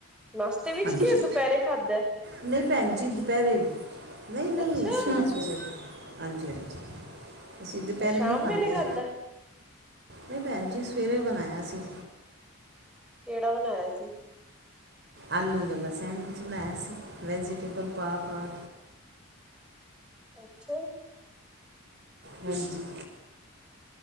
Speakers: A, in the centre; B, on the right.
A: ਨਾਸ਼ਤੇ ਵਿੱਚ
B: ਹਾਂਜੀ
A: ਕੀ ਦੁਪਹਿਰੇ ਖਾਧਾ,
B: ਨਹੀਂ ਭੈਣ ਜੀ ਦੁਪਹਿਰੇ ਨਹੀਂ ਨਹੀਂ
A: ਅੱਛਾ,
B: ਸ਼ਾਮ ਸਵੇਰੇ, ਹਾਂਜੀ-ਹਾਂਜੀ, ਅਸੀਂ ਦੁਪਹਿਰੇ
A: ਐ ਸ਼ਾਮ
B: ਨਹੀਂ ਖਾਂਦੇ,
A: ਵੇਲੇ ਖਾਧਾ?
B: ਨਹੀਂ ਭੈਣ ਜੀ ਸਵੇਰੇ ਬਣਾਇਆ ਸੀ।
A: ਕਿਹੜਾ ਬਣਾਇਆ ਸੀ,
B: ਆਲੂ ਵਲਾ ਸੈਂਡਵਿਚ ਬਣਾਇਆ ਸੀ ਵੈਜੀਟੇਬਲ ਪਾ ਪਾ,
A: ਅੱਛਾ,
B: ਹਾਂਜੀ,